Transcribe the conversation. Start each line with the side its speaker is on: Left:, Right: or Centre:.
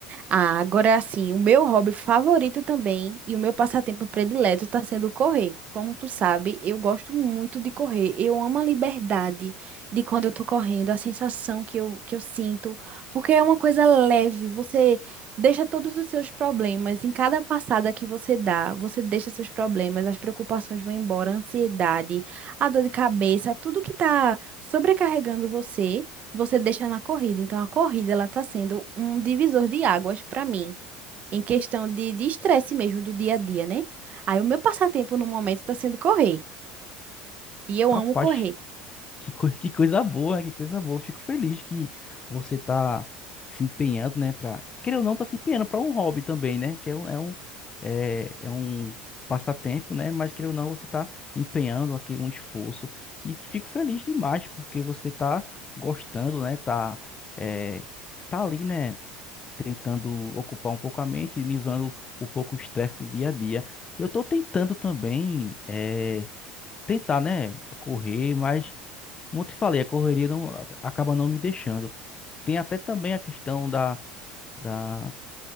Right: Ah, agora assim, o meu hobby favorito também e o meu passatempo predileto está sendo correr. Como tu sabe, eu gosto muito de correr. Eu amo a liberdade de quando eu tô correndo, a sensação que eu, que eu sinto, porque é uma coisa leve. Você deixa todos os seus problemas. Em cada passada que você dá, você deixa seus problemas, as preocupações vão embora, a ansiedade, a dor de cabeça, tudo que tá sobrecarregando você você deixa na corrida. Então, a corrida ela está sendo um divisor de águas para mim, em questão de de estresse mesmo do dia a dia, né? Aí, o meu passatempo no momento está sendo correr. E eu
Left: Rapaz,
Right: amo correr.
Left: que, coi- que coisa boa, né? que coisa boa. Eu Fico feliz que você tá se empenhando, né? Pra, querer ou não, tá se empenhando para um hobby também, né? Que é um, é um, é, é um passatempo, né? Mas querer ou não, você tá empenhando aqui um esforço e que fico feliz demais porque você tá gostando, né? Tá, é, tá ali, né? tentando ocupar um pouco a mente, e livrando um pouco o estresse do dia a dia. Eu estou tentando também, é, tentar, né, correr, mas, como eu te falei, a correria não, acaba não me deixando. Tem até também a questão da, da,